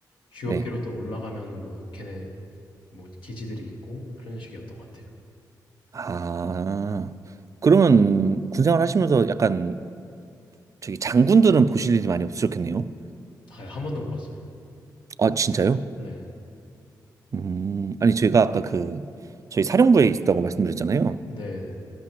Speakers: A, on the left (about 75°); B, on the right (about 40°).
A: GOP로
B: 네.
A: 또 올라가면은 뭐 걔네 뭐 기지들이 있고 뭐 그런 식이었던 것 같아요.
B: 아, 그러면 군생활 하시면서 약간 저기 장군들은 보실 일이 많이 없으셨겠네요.
A: 아 한 번도 못 봤어요.
B: 아, 진짜요?
A: 네.
B: 음, 아니 제가 아까 그 저희 사령부에 있다고 말씀드렸잖아요.
A: 네네.